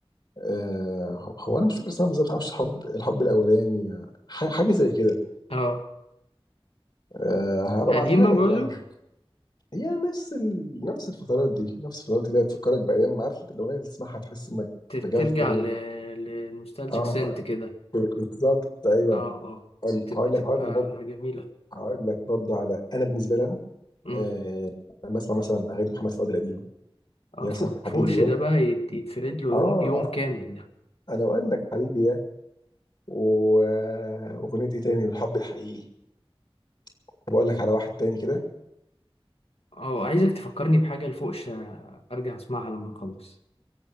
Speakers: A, on the left; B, on the left.
A: آه هو هو انا مش فاكر اسمها بالظبط معرفش حب الحب الاولاني آه، ح- حاجه زي كده
B: اه
A: آه هبقى
B: قديمة
A: ابعتها لك
B: برضه
A: يعني هي نفس ال... نفس الفترات دي نفس الفترات اللي هي تفكرك بايام عارف انت الاغنيه اللي تسمعها تحس انك
B: ت- ترجع
A: رجعت تاني
B: ل... للنوستالجيك
A: اه
B: سنت كده
A: بالظبط ايوه
B: اه اه بت- بتبقى
A: هقول لك هقول لك برضه
B: جميلة
A: هقول لك برضه على انا بالنسبه لي
B: أمم.
A: آه، بسمع مثلا اغاني محمد فؤاد القديمه اللي
B: اه
A: هي
B: فوق
A: مثلا حبيبي
B: فوقش
A: يا
B: ده بقى يت- يتفرد له
A: اه
B: يوم يوم كامل
A: انا بقول لك حبيبي يا و- آه، واغنيه ايه تاني الحب الحقيقي طب اقول لك على واحد تاني كده
B: اه عايزك تفكرني بحاجة لفوقش آه، ارجع اسمعها لما نخلص